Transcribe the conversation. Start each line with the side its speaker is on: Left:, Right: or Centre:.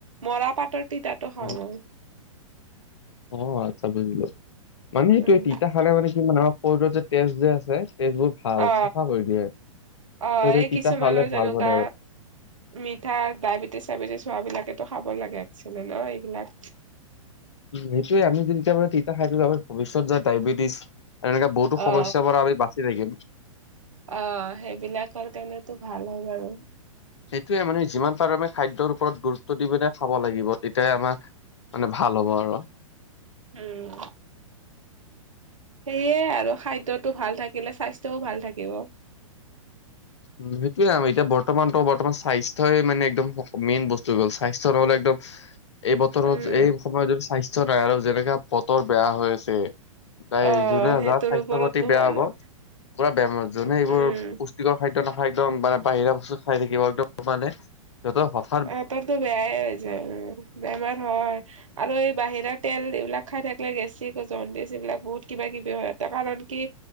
Right: মৰা পাতৰ তিতাো হয়
Left: অ
Right: মই
Left: অ আচ্ছা বুজিলো মানে সেইটোে
Right: উম
Left: তিতা ালে মানে কি আমাৰ শৰীৰৰ যে তেজ যে আছে তেজবোৰ ভাল
Right: অ
Left: চাফা কৰি দিয়ে
Right: অ
Left: ত
Right: এই
Left: তিতা
Right: কিছুমানৰ
Left: খালে
Right: যেনেকুৱা
Left: ভাল মানে আৰু
Right: মিঠা ডায়বেটিছ চাইবেটিছ হোৱাবিলাকেো খাব লাগে আচ ল এইবিলাক
Left: উমেইয় আমিদি তেতিয়াে তিত খাই বাবে ভৱিষ্যত যায় ডায়বেটিছ আৰু এনেকে বহুতো সমস্যাৰ
Right: অ
Left: পৰা আমি বাচি থাকিম
Right: অ সেইবিলাকৰ কাৰণেতো ভাল হয় বাৰু
Left: সেইটোৱে মানে যিমান পাৰো আমি খাদ্যৰ ওপৰত গুৰুত্ব দি পেল খাব লাগিব তেতিয়া আমাৰ মানে ভাল হ'ব আৰু
Right: উম সেয়ে আৰু খাদ্যতটো ভাল থাকিলে স্বাস্থ্যও ভাল থাকিব
Left: উ সেইটোয়ে নাম এতিয়া বৰ্তমানতো বৰ্তমান স্বাস্থ্যয়ই মানে একদম মেইন বস্তু গ'ল স্বাস্থ্্য নহ'লে একদম এই বতৰত
Right: উম
Left: এই সময়ত যদি স্বাস্থ্য নাই আৰু যেনেকা বতৰ বেয়া হৈ আছে তাই
Right: অ
Left: যোনে
Right: সেইটোৰ
Left: যাৰ স্বাস্থ্যৰ
Right: ওপৰতো
Left: প্ৰতি বেয়া
Right: মানুহ
Left: হ'ব পুৰা বে যোনে এইবোৰ
Right: উম
Left: খাদ্য় নাখায় একদম মানে বাহিৰা বস্তু খাই থাকিব একদম মানে সিহতৰ স
Right: আহ তোৰতো বেয়াই হৈ যায় বেমাৰ হয় আৰু এই বাহিৰাৰ তেল এইবিলাক খাই থাকিলে গেছি গ জডছ এইবিলাক বহুত কিবা কিবি হয়তে কাৰণ কি